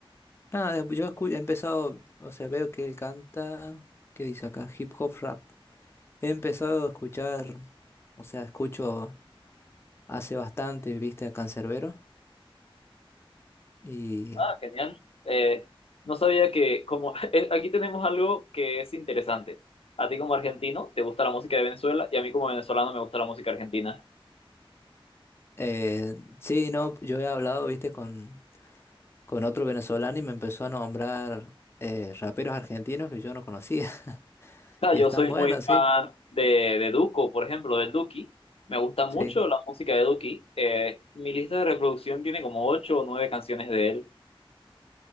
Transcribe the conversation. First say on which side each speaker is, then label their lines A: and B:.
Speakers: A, on the left; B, on the left.
A: nada, de- yo escu- he empezado, o sea, veo que él canta, ¿qué dice acá? Hip hop rap. He empezado a escuchar, o sea, escucho hace bastante, viste, a Canserbero. Y
B: Ah, genial. Eh, no sabía que como <laughs> eh, aquí tenemos algo que es interesante. A ti como argentino te gusta la música de Venezuela y a mí como venezolano me gusta la música argentina.
A: eh, sí, no, yo he hablado, viste, con, con otro venezolano y me empezó a nombrar eh, raperos argentinos que yo no conocía. <laughs>
B: sea,
A: Y
B: yo
A: están
B: soy
A: buenos,
B: muy fan
A: sí.
B: de, de Duco, por ejemplo, del Duki. Me gusta mucho
A: Sí.
B: la música de Duki. Eh, mi lista de reproducción tiene como ocho o nueve canciones de él.